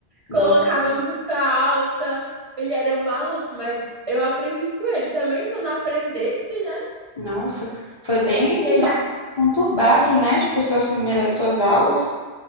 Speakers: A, on the left; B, on the right.
A: Nossa,
B: Colocava música alta. Ele era um maluco, mas eu aprendi com ele também. Se eu não aprendesse, né?
A: nossa. Foi bem
B: E ele,
A: nossa,
B: a-
A: conturbado, né? Tipo, suas primeiras, suas aulas.